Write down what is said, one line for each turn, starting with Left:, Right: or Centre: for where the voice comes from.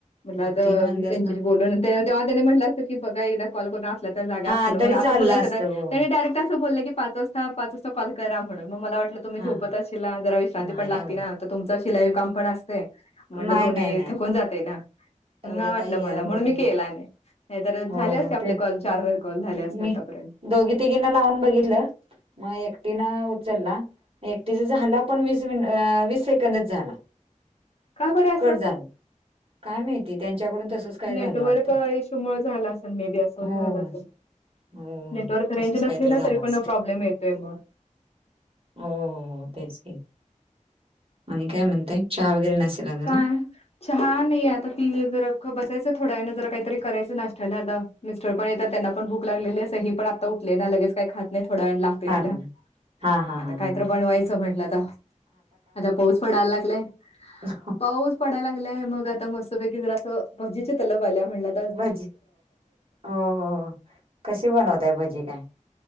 Left: म्हटल आता
Right: मग तीन वाजल्यास
Left: त्यांच्या
Right: ना
Left: बोलून तेव्हा त्याने म्हटलं असतं की बघा एकदा कॉल करून असल्या तर जागा
Right: हा
Left: अस चालेल
Right: तरी
Left: म्हणून
Right: चाललं
Left: असं बोल्या असत्या
Right: असतं
Left: तर
Right: हो
Left: त्यांनी डायरेक्ट असं बोललं की पाच वाज ता. पाच वाजता कॉल करा. म्हणून, मग मला वाटलं तुम्ही
Right: हा
Left: झोपत आशिला. जरा विश्रांती
Right: नाही हो
Left: आता तुमच शिलाई काम पण असते. म्हटलं
Right: नाही
Left: दोन्ही
Right: नाही नाही
Left: थकून जाते ना.
Right: एवढं
Left: म्हणून नाही वाटलं
Right: काही हे
Left: मला
Right: होत
Left: म्हणून मी केला नाही. नाही तर
Right: हो
Left: झाले असते.
Right: हो
Left: आपले
Right: तेच
Left: कॉल चार वेळा कॉल झाले असते
Right: मी
Left: आतापर्यंत.
Right: दोघी तिघींना लावून बघितलं मग एकटी ना उचलला. एकटीचा झाला पण वीस मि वीस सेकंदच झाला.
Left: का बरं असं.
Right: कट झाला काय माहिती त्यांच्याकडून तसच काय
Left: नेटवर्क
Right: झालं वाटत.
Left: इश्यू मुळे झाला असेल मे बी असं
Right: हो
Left: झालं
Right: हो.
Left: असेल.
Right: <inaudible>
Left: नेटवर्क
Right: तसच
Left: रेंज नसली
Right: काहीतरी
Left: ना.
Right: झालं
Left: तरी
Right: असेल
Left: पण प्रॉब्लेम येतोय मग.
Right: हो हो हो तेच आणि काय म्हणते? चहा वगैरे नसेल आजुन?
Left: काय. चहा नाही आता ती जरा बसायचं थोड्या वेळान जरा काहीतरी करायचं नाश्त्याला आता. मिस्टर पणं येतांत त्यांना पणं भूकं लागलेली आहे असी पणं आतां उठले नां लगेचं कायं खातं नाहीं थोडां वेळांण लागते
Right: हा
Left: तिलां
Right: हा हा
Left: आत
Right: हा हा
Left: कायतंर
Right: हा
Left: बनवायचं म्हंलंता आतां पाऊस पडायंला लागलायं
Right: ह <unintelligible>
Left: पाऊस पडालां लागंला आहे मंग आतां मस्तंपैकी जरां असं भजीचे तलबं आल्यां म्हणलां
Right: भजी हो हो हो कशी बनवतांय भजी कायं